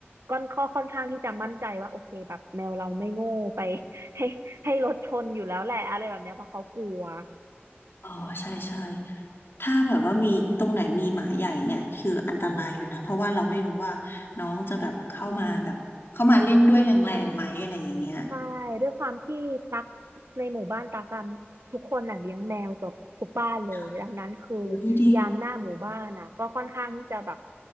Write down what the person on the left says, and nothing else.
อ๋อใช่ใช่ถ้าแบบว่ามีตรงไหนมีหมาใหญ่เนี่ยคืออันตรายอยู่นะเพราะว่าเราไม่รู้ว่าน้องจะแบบเข้ามาแบบเข้ามาเล่นด้วยแรงๆไหมอะไรอย่างเงี้ย
ค่ะอุ้ยดี